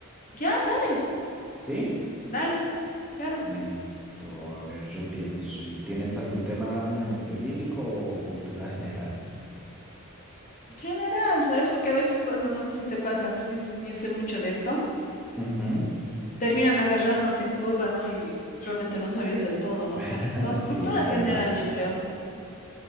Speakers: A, on the left; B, in the centre.
A: Ya, dale,
B: ¿Sí?
A: dale, claro.
B: Listo. A ver, yo pienso. ¿Y tienes algún tema en específico o cultura general?
A: general, ¿sabes? Porque a veces cuando no sé si te pasa, tú dices, yo sé mucho de esto,
B: Ujú.
A: terminan agarrándote en curva, ¿no? Y realmente no sabías del todo, no
B: <laughs>
A: sé. Más cultura
B: Sí, es verdad.
A: general, yo creo.